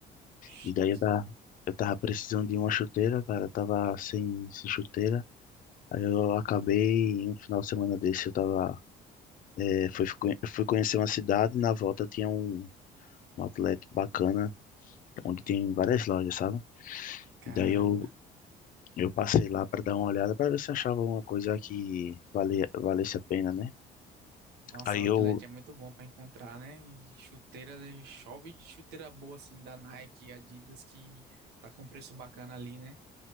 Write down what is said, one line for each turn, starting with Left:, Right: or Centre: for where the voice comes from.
Right: Chique.
Left: E daí eu tava, eu tava precisando de uma chuteira, cara. Eu tava sem, sem chuteira. Aí eu acabei, em um final de semana desse, eu tava. É, fui, conhe- fui conhecer uma cidade. Na volta tinha um, um outlet bacana, onde tem várias lojas, sabe?
Right: Caramba.
Left: E daí eu, eu passei lá pra dar uma olhada, pra ver se achava alguma coisa que valia, valesse a pena, né?
Right: Nossa,
Left: Aí
Right: Outlet
Left: eu.
Right: é muito bom pra encontrar, né? E chuteira, chove de chuteira boa, assim, da Nike, Adidas, que tá com um preço bacana ali, né?